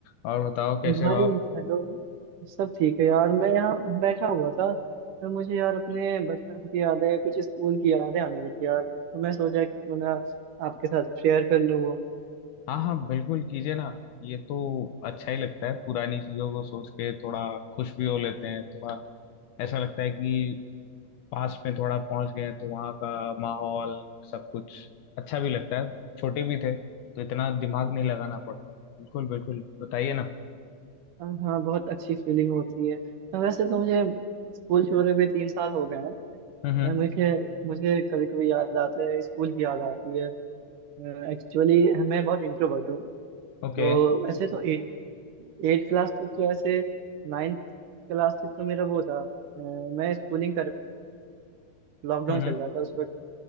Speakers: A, on the left (about 70°); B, on the right (about 70°).
A: और बताओ कैसे
B: भाई
A: हो आप
B: हेलो सब ठीक है यार मैं यहाँ बैठा हुआ था तो मुझे यार अपने बचपन की यादें कुछ स्कूल की यादें आने लगी यार तो मैं सोचा कि क्यों ना आपके साथ शेयर कर लूँ वो
A: हाँ हाँ बिल्कुल कीजिए ना ये तो अच्छा ही लगता है पुरानी चीजों को सोच के थोड़ा खुश भी हो लेते हैं थोड़ा ऐसा लगता है कि पास्ट में थोड़ा पहुंच गए हैं तो वहाँ का माहौल सब कुछ अच्छा भी लगता है छोटे भी थे तो इतना दिमाग नहीं लगाना पड़ता बिल्कुल बिल्कुल बताइए ना
B: हाँ हाँ, बहुत अच्छी फीलिंग होती है हाँ, वैसे तो मुझे स्कूल छोड़े हुए तीन साल हो गए
A: हम्म हम्म
B: हैं मुझे मुझे कभी कभी याद आते हैं स्कूल की याद आती है एक्चुअली मैं बहुत इंट्रोवर्ट हूँ
A: ओके
B: तो वैसे तो एट एट क्लास तक तो ऐसे नाइन्थ क्लास तक तो मेरा वो था अ, मैं स्कूलिंग कर लॉकडाउन
A: हम्म
B: चल
A: हम्म
B: रहा था उस वक्त